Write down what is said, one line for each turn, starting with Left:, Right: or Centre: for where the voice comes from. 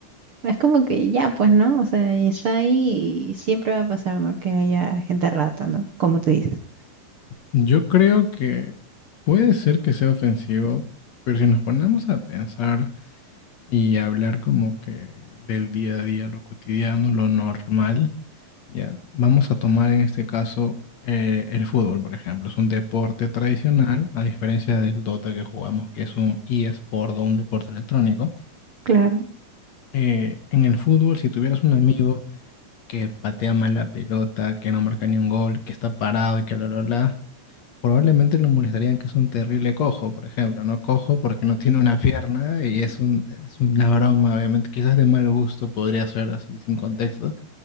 Right: es como que ya, pues, ¿no? O sea, está ahí y siempre va a pasar, ¿no? Que haya gente rata, ¿no? Como tú dices.
Left: Yo creo que puede ser que sea ofensivo, pero si nos ponemos a pensar y hablar como que del día a día, lo cotidiano, lo normal, ya, vamos a tomar en este caso eh, el fútbol, por ejemplo. Es un deporte tradicional, a diferencia del Dota que jugamos, que es un eSport o un deporte electrónico.
Right: Claro,
Left: Eh, en el fútbol, si tuvieras un amigo que patea mal la pelota, que no marca ni un gol, que está parado y que bla, bla, bla, probablemente lo molestarían que es un terrible cojo, por ejemplo, ¿no? Cojo porque no tiene una pierna y es un, es una broma, obviamente, quizás de mal gusto podría ser así, sin contexto,